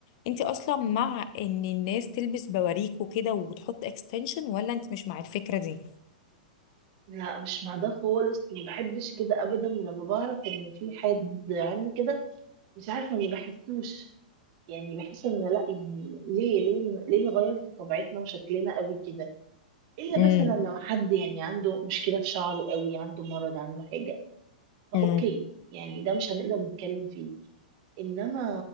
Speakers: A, on the left; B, on the right.
A: انت اصلا مع ان الناس تلبس بواريك وكده وتحط اكستنشن ولا انت مش مع الفكرة دي
B: لا مش مع ده خالص ما بحبش كده ابدا ولما بعرف ان في حد عامل كده مش عارفة ما بحسوش يعني بحس ان لا يعني ليه ليه ليه نغير في طبيعتنا وشكلنا قوي كده الا
A: امم
B: مثلا لو حد يعني عنده مشكلة في شعره قوي عنده مرض عنده حاجة فاوكي
A: امم
B: يعني ده مش هنقدر نتكلم فيه انما